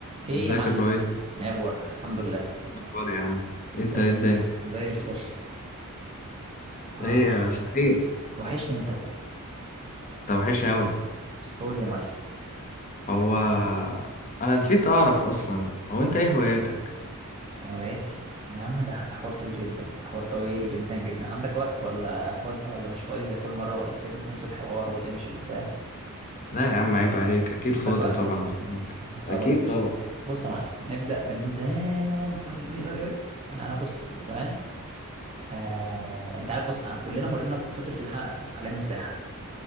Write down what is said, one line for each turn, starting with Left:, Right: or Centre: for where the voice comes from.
Right: ايه
Left: ازيك
Right: يا معلم
Left: يا ابراهيم إيه
Right: ايه اخبارك الحمد لله
Left: الاخبار يا عم ايه
Right: زي
Left: ده ايه
Right: الفل
Left: الدنيا
Right: زي الفل اه
Left: ايه صحيح
Right: وحشني انت
Left: انت وحشني اوي
Right: قول يا معلم
Left: هو انا نسيت اعرف اصلا هو انت ايه هواياتك
Right: هواياتي يا عم ده ده حوار طويل جدا حوار طويل جدا جدا عندك وقت ولا فاضي ولا مش فاضي زي كل مره ولا تسيبني في نص الحوار وتمشي وبتاع
Left: لا يا عم عيب عليك اكيد
Right: عندك
Left: فاضي
Right: وقت
Left: طبعا عشانك
Right: آه،
Left: اكيد
Right: خلاص ماشي
Left: طبعا
Right: بص يا معلم نبدا من زمان قوي قوي قوي قوي يعني انا بص زمان آه انت عارف بص آه كلنا مرينا بفتره الح... اتعلمنا السباحه دي